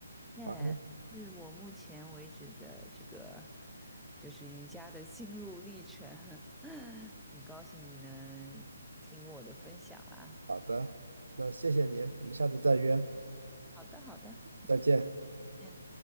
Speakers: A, in the centre; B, on the right (about 85°).
A: 耶，
B: 好的，
A: 是我目前为止的这个就是瑜伽的心路历程，<laughs> 很高兴你能听我的分享啦。
B: 好的，那谢谢你，我们下次再约，
A: 好的，好的，
B: 再见。
A: 嗯。